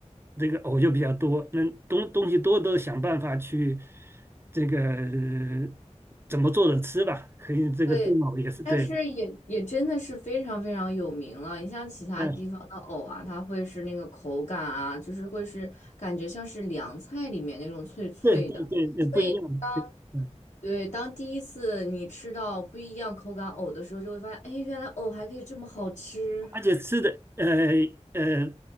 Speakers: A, on the right; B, on the left.
A: 这个藕就比较多，那东东西多都想办法去这个呃怎么做着吃吧，可以这个炖藕也是对，
B: 对，但是也也真的是非常非常有名了。你像其他地方的藕啊，
A: 嗯、
B: 它会是那个口感啊，就是会是感觉像是凉菜里面那种脆脆的。
A: 对对对，
B: 所以当
A: 呃不一样，对，嗯，
B: 对当第一次你吃到不一样口感藕的时候，就会发现，哎，原来藕还可以这么好吃
A: 而且吃的呃呃